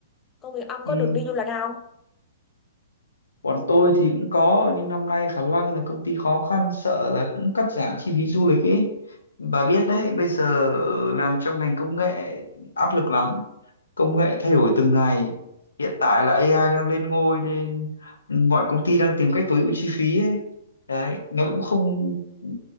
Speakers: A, on the left; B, on the left.
A: Công việc ông
B: Ừ.
A: có được đi du lịch không?
B: Bọn tôi thì cũng có nhưng năm nay khả năng là công ty khó khăn sợ là cũng cắt giảm chi phí du lịch ấy. Bà biết đấy, bây giờ làm trong ngành công nghệ áp lực lắm. Công nghệ thay đổi từng ngày. Hiện tại là AI đang lên ngôi nên ừ, mọi công ty đang tìm cách tối ưu chi phí ấy. Đấy, nó cũng không ừ,